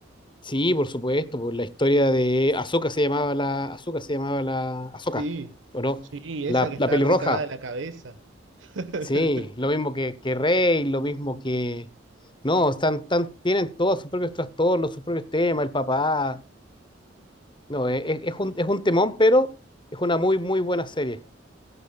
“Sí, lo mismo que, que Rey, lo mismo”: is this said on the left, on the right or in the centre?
Left